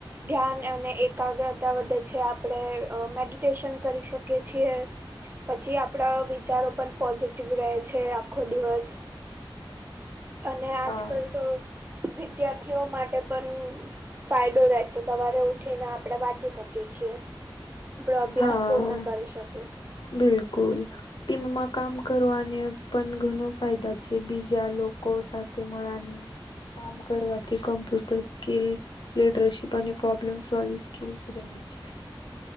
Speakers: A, on the right; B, on the left.
A: ધ્યાન અને એકાગ્રતા વધે છે આપણે મેડિટેશન કરી શકીએ છીએ પછી આપણા વિચારો પણ પોઝિટિવ રહે છે આખો દિવસ અને આજકાલ
B: હા
A: તો વિદ્યાર્થીઓ માટે પણ ફાયદો રહે છે સવારે ઉઠીને આપણે વાંચી શકીએ છીએ આપડો અભ્યાસ
B: હા
A: પૂર્ણ કરી શકે
B: બિલકુલ ટીમમાં કામ કરવાને પણ ઘણ ફાયદા છે બીજા લોકો સાથે મળવાને કામ કરવાથી કમ્પ્યુટર સ્કીિલ લીડરશીપ અને પ્રોબ્લેમ સોલ્વ સ્કી સુધ છે